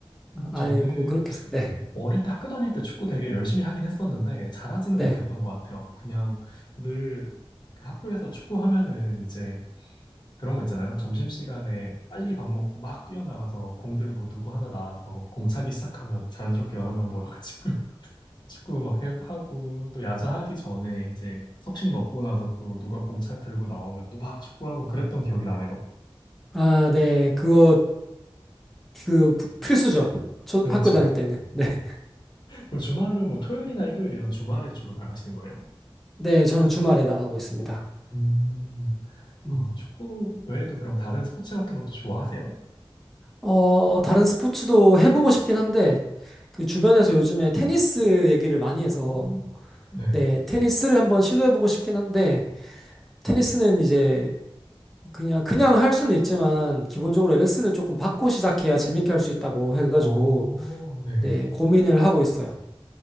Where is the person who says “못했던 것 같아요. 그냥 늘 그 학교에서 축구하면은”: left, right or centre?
Left